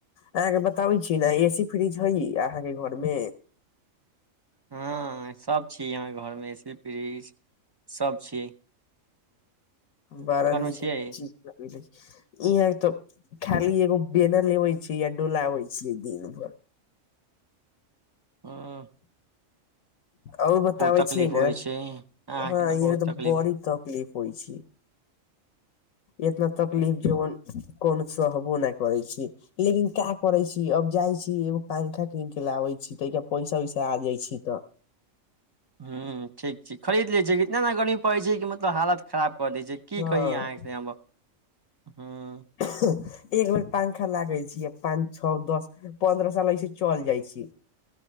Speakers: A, on the left; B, on the right.
A: अहाँके बताबै छी ने ए सी फ्रिज हइ अहाँके घर में
B: हँ सब छी हमहाँर घरमे ए सी फ्रिज सब छी
A: बड़ा नीक
B: छियै
A: ची भऽ लागल इहा तऽ खाली एगो बेना लेबे छि आ डोलाबय छै दिन भर
B: हँ
A: आर बताबै
B: तकलीफ
A: छीयै
B: होइ
A: ने
B: छै अहाँके
A: हँ यह
B: बहुत
A: तऽ
B: तकलीफ
A: बड़ी तक क्लीप होइ छी इतना तकलीफ जेवन कोनो सहबो नय करय छी लेकिन क्या करे छी अब जाइ छी एगो पंखा कीन के लाबे छी तै पैसा उैसा आ जाइ छी तऽ
B: हं ठीक छै खरीद ले छ इतना एना गर्मी पड़ै छै कि मतलब हालत खराब कर दै छै की
A: हँ
B: कही अहाँ से हम हूँ
A: एक बेर पंखा लागे छी आ पान छओ दस पन्द्र साल हइस चलि जाइ छय